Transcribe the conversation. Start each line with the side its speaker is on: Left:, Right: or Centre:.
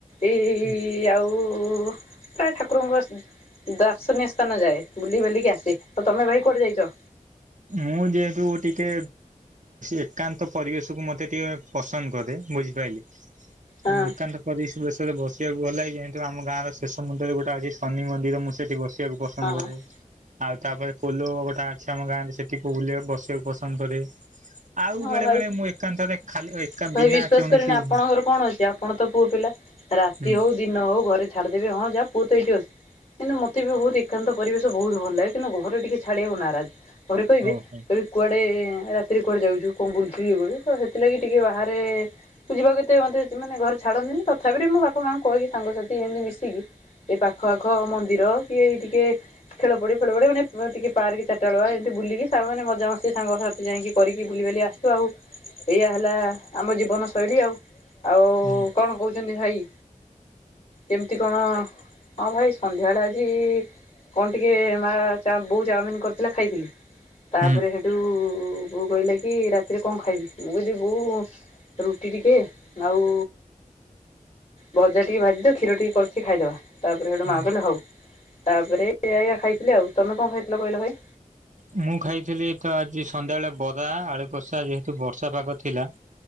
Left: ଏଇ
Right: ହୁଁ
Left: ଆଉ ପ୍ରାୟ ଠାକୁରଙ୍କ ଦାର୍ଶନୀୟ ସ୍ଥାନ ଯାଏ ବୁଲି ବୁଲିକି ଆସେ ଆଉ ତମେ ଭାଇ କୁଆଡେ ଯାଇଛ?
Right: ମୁଁ ଯେହେତୁ ଟିକେ ଏକାନ୍ତ ପରିବେଶକୁୁ ମତେ ଟିକେ ପସନ୍ଦ କରେ ବୁଝିପାରିଲେ।
Left: ହଁ
Right: ଏକାନ୍ତ ପରିବେଶରେ ବସିବାକୁ ଭଲ ଲାଗେ। ଯେହେତୁ ଆମ ଗାଁ ର ଶେଷ ମନ୍ଦିରରେ ଗୋଟେ ଅଛି ଶନି ମନ୍ଦିର ମୁଁ ସେଠି ବସିି ବସିବାକୁ ପସନ୍ଦ
Left: ହଁ
Right: କରେ। ଆଉ ତାପରେ ପୋଲୋ ଗୋଟେ ଅଛି ଆମ ଗାଁ ରେ ସେଠି ବୁଲିବାକୁ ବସିବାକୁ ପସନ୍ଦ କରେ। ଆଉ
Left: ହଁ
Right: ବେଳେ
Left: ଭାଇ
Right: ବେଳେ
Left: ଭାଇ
Right: ମୁଁ ଏକାନ୍ତରେ ଖାଲି ଏକା ବିନା
Left: ବିଶ୍ଵାସ
Right: କୌଣସି
Left: କରିବେନି ଆପଣଙ୍କର
Right: ହୁଁ
Left: କଣ ଅଛି ଆପଣ ତ ପୁଅ ପିଲା। ରାତି
Right: ହୁଁ
Left: ହଉ ଦିନ ହଉ ଘରେ ଛାଡିଦେବେ ହଁ ଯା ପୁଅ ତ ଏଇଠି ଅଛି। କିନ୍ତୁ ମତେ ବି ବହୁତ ଏକାନ୍ତ ପରିବେଶ ବହୁତ ଭଲ ଲାଗେ, କିନ୍ତୁ ଘରେ ଟିକେ ଛାଡିଆକୁ ନାରାଜ। ଘରେ କହିବେ
Right: ଓହୋ
Left: କହିବେ କୁଆଡେ ରାତିରେ କୁଆଡେ ଯାଉଛୁ? କଣ ବୁଲୁଛୁ ଇଏ ବୋଲି ସେଥିଲାଗି ଟିକେ ବାହାରେ ଯିବାକୁ ଏତେ ମତେ ମାନେ ଘର ଛାଡ଼ନ୍ତିନି? ତଥାପି ମୋ ବାପା ମାଆଙ୍କୁ କହିକି ସାଙ୍ଗସାଥି ଏମିତି ମିଶିକି ଏ ପାଖ ଆଖ ମନ୍ଦିର କି ଟିକେ ଖେଳ ପଡିଆ ଫେଳ ପଡିଆ, ମାନେ ଟିକେ ପାର୍କ ଚାରିଟା ବେଲିଆ ଏମିତି ବୁଲିକି ସାଙ୍ଗ ମାନେ ମଜାମସ୍ତି ସାଙ୍ଗ ସାଥି ଯାଇକି କରିକି ବୁଲି ବାଲି ଆସୁ ଆଉ ଏଇଆ ହେଲା ଆମ ଜୀବନଶୈଳୀ ଆଉ ଆଉ
Right: <inaudible>
Left: କଣ କହୁଛନ୍ତି ଭାଇ? କେମିତି କଣ? ହଁ ଭାଇ ସନ୍ଧ୍ୟାବେଳେ ଆଜି କଣ ଟିକେ? ମା ବୋଉ ଚାଓମିନ୍ କରିଥିଲେ ଖାଇଥିଲି। ତାପରେ
Right: ହୁଁ
Left: ସେଠୁ, ବୋଉ କହିଲା କି ରାତିରେ କଣ ଖାଇବୁ ମୁଁ କହିଲି ବୋଉ ରୁଟି ଟିକେ, ଆଉ ଭଜା ଟିକେ ଭାଜିଦେ, କ୍ଷୀର ଟିକେ କରିଚି ଖାଇଦେବା ତାପରେ ସେଟୁ
Right: ହୁଁ
Left: ମା କହିଲା ହଉ ତା ପରେ ଏଇଆ ଏଇଆ ଖାଇଥିଲି ଆଉ, ତମେ କଣ ଖାଇଥିଲ କହିଲ ଭାଇ?
Right: ମୁଁ ଖାଇଥିଲି ତ ଆଜି ସନ୍ଧ୍ୟାବେଳେ ବରା, ଆଳୁକଷା ଯେହେତୁ ବର୍ଷା ପାଗ ଥିଲା।